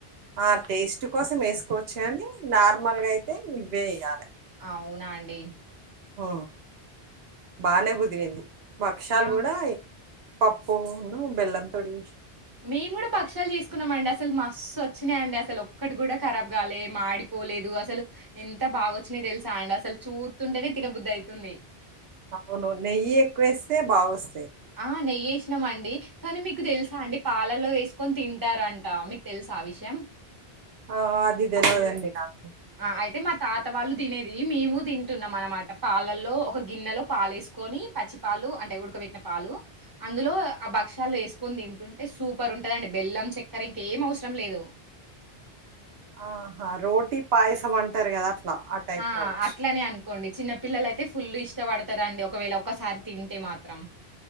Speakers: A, on the right (about 75°); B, on the right (about 20°).
A: ఆ టేస్ట్ కోసం ఏసుకోవచ్చు కానీ నార్మల్ గా ఐతే ఇవే ఎయ్యాలి
B: అవునా అండి
A: ఊ బానే కుదిరింది భక్షాలు
B: ఆ!
A: కూడా పప్పూ ను బెల్లం తోటి చేష్
B: మేం కూడా భక్షాలు చేసుకున్నామండి అసలు మస్తు వచ్చినాయండి అస్సలు ఒక్కటి కూడా కరాబ్ కాలే మాడి పోలేదు అసలు ఎంత బాగొచ్చినయి తెలుసా అండి అసలు చూత్తుంటేనే తినబుద్ధి ఐతుంది
A: అవును నెయ్యెక్కువేస్తే బాగొస్తు
B: ఆ నెయ్యేసినాం అండి కానీ మీకు తెలుసా అండి పాల్ లలో వేసుకొని తింటారంట మీకు తెలుసా ఆ విషయం
A: ఆ అది తెల్వదండి నాకు
B: ఆ అయితే మా తాత వాళ్ళు తినేది మేమూ తింటున్నాం అనమాట పాలల్లో ఒక గిన్నెలో పాలేసుకొని పచ్చి పాలు అంటే ఉడకబెట్టిన పాలు అందులో ఆ భక్షాలు ఏస్ కొని తింటుంటే సూపర్ ఉంటదండి బెల్లం చక్కెర ఇంకేం అవసరం లేదు
A: ఆహా రోటీ పాయసం అంటారు కదా అట్లా టైప్
B: ఆ
A: కావచ్చు.
B: అట్లనే అన్ కోండి చిన్న పిల్లల అయితే ఫుల్ ఇష్టపడతారండి ఒకవేళ ఒక్కసారి తింటే మాత్రం